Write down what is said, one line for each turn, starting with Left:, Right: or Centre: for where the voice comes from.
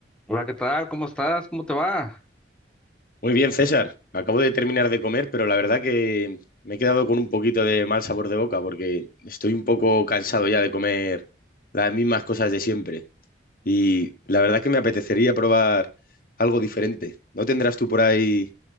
Centre: Hola, ¿qué tal? ¿Cómo estás? ¿Cómo te va?
Left: Muy bien, César. Acabo de terminar de comer, pero la verdad que me he quedado con un poquito de mal sabor de boca porque estoy un poco cansado ya de comer las mismas cosas de siempre. Y la verdad que me apetecería probar algo diferente. ¿No tendrás tú por ahí